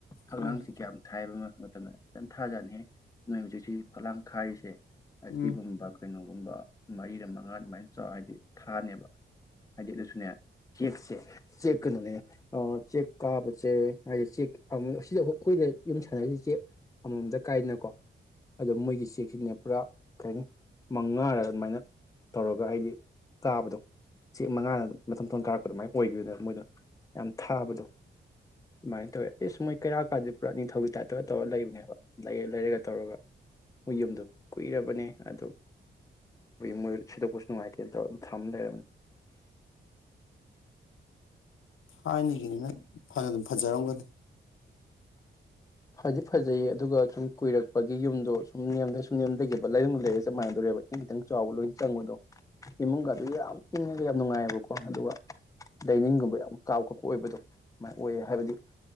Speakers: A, on the left; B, on the left.
A: ꯑꯉꯥꯡꯁꯤ
B: ꯎꯝ
A: ꯀꯌꯥꯝ ꯊꯥꯏꯕ ꯑꯃ ꯃꯇꯝꯗ ꯆꯝꯊꯥꯖꯠꯅꯤ ꯅꯣꯏ ꯍꯧꯖꯤꯛꯁꯤ ꯐꯂꯥꯡ ꯈꯥꯏꯔꯤꯁꯦ ꯑꯁꯤꯁꯤꯒꯨꯝꯕꯈꯣꯏꯩꯅ
B: ꯎꯝ
A: ꯇꯗ ꯃꯩꯔ ꯃꯉꯥ ꯑꯗꯨꯃꯥꯏꯅ ꯆꯥꯎ ꯍꯥꯏꯗꯤ ꯊꯥꯅꯦꯕ ꯍꯥꯏꯗꯤ ꯑꯗꯨꯁꯨꯅꯦ ꯆꯦꯛꯁꯦ ꯆꯦꯛ ꯀꯩꯅꯣꯅꯦꯅꯦ ꯆꯦꯛ ꯀꯥꯕꯁꯦ ꯍꯥꯏꯗꯤ ꯆꯦꯛ ꯑꯁꯤꯗ ꯑꯩꯈꯣꯏꯗ ꯌꯨꯝ ꯁꯥꯟꯅꯔꯤꯁꯦ ꯆꯦꯛ ꯑꯃꯃꯝꯇ ꯀꯥꯏꯗꯅꯀꯣ ꯑꯗꯣ ꯃꯣꯏꯒꯤ ꯆꯦꯛꯁꯤꯅꯦ ꯄꯨꯔꯥ ꯀꯩꯅꯤ ꯃꯉꯥꯔ ꯑꯗꯨꯃꯥꯏꯅ ꯇꯧꯔꯒ ꯍꯥꯏꯗꯤ ꯀꯥꯕꯗꯣ ꯆꯦꯛ ꯃꯉꯥꯗ ꯃꯇꯝꯊꯊꯣꯡ ꯀꯥꯔꯛꯄ ꯑꯗꯨꯃꯥꯏꯅ ꯑꯣꯏꯈꯤꯕꯅꯦꯕ ꯃꯣꯏꯗꯣ ꯌꯥꯝ ꯊꯥꯕꯗꯣ ꯑꯗꯨꯃꯥꯏꯅ ꯇꯧꯋꯦ ꯑꯦꯁ ꯃꯣꯏ ꯀꯩꯔꯥꯛ ꯀꯥꯟꯗꯗꯤ ꯄꯨꯔꯥ ꯅꯤꯡꯊꯧꯒꯤ ꯇꯥꯏꯞꯇꯒ ꯇꯧꯔ ꯂꯩꯕꯅꯦꯕ ꯂꯩꯔ ꯂꯩꯔꯒ ꯇꯧꯔꯒ ꯃꯣꯏ ꯌꯨꯝꯗꯣ ꯀꯨꯏꯔꯕꯅꯦ ꯑꯗꯨ ꯃꯣꯏ ꯊꯣꯏꯗꯣꯛꯄꯁꯨ ꯅꯨꯡꯉꯥꯏꯇꯦ ꯇꯧ ꯑꯗꯨ ꯊꯃ ꯂꯩꯔꯝꯅꯤ
B: ꯊꯥꯏꯅꯒꯤꯅꯤꯅ ꯐꯅ ꯑꯗꯨꯝ ꯐꯖꯔꯝꯒꯅꯤ
A: ꯐꯗꯤ ꯐꯖꯩ ꯑꯗꯨꯒ ꯁꯨꯝ ꯀꯨꯏꯔꯛꯄꯒꯤ ꯌꯨꯝꯗꯣ ꯁꯨꯝ ꯅꯦꯝꯗ ꯁꯨꯝ ꯅꯦꯝꯕ ꯂꯩꯔꯨꯡ ꯂꯩꯔꯦ ꯁꯃꯥꯏꯅꯗꯧꯔꯦꯕ ꯏꯁꯤꯡ ꯈꯤꯇꯪ ꯆꯥꯎꯕ ꯂꯣꯏꯅ ꯆꯪꯕꯗꯣ ꯏꯃꯨꯡꯒ ꯑꯗꯨ ꯌꯥꯝ ꯏꯪꯉꯒ ꯌꯥꯝ ꯅꯨꯡꯉꯥꯏꯑꯕꯀꯣ ꯑꯗꯨꯒ ꯂꯥꯏꯅꯤꯡꯒꯨꯝꯕ ꯌꯥꯝ ꯀꯥꯎ ꯈꯠꯄ ꯑꯣꯏꯕꯗꯣꯃꯥꯏ ꯑꯣꯏꯌꯦ ꯍꯥꯏꯕꯗꯤ